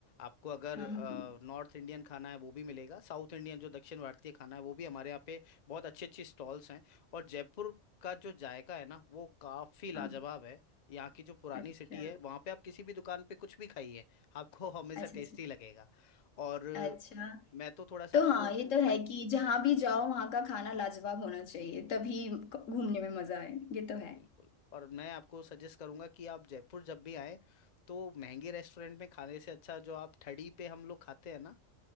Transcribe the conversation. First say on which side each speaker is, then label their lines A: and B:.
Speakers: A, on the left; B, on the left.
A: आपको अगर
B: हम्म,
A: नॉर्थ इंडियन खाना है वो भी मिलेगा साउथ इंडियन जो दक्षिण भारतीय खाना है वो भी हमारे यहाँ पे बहुत अच्छी अच्छी स्टॉल्स हैं और जयपुर का जो जायका है ना वो काफ़ी लाजवाब
B: हाँ,
A: है यहाँ की जो पुरानी
B: अच्छा
A: सिटी है वहाँ पे आप किसी भी दुकान पे कुछ भी खाइए आपको हमेशा
B: अच्छा
A: टेस्टी
B: अच्छा
A: लगेगा और
B: अच्छा
A: मैं तो थोड़ा सा
B: तो
A: आपको
B: हाँ ये तो है कि जहाँ भी जाओ वहाँ का खाना लाजवाब होना चाहिए तभी घूमने में मजा आए ये तो है
A: बिल्कुल और मैं आपको सजेस्ट करूंगा कि आप जयपुर जब भी आए तो महंगे रेस्टोरेंट में खाने से अच्छा जो आप थड़ी पे हम लोग खाते हैं ना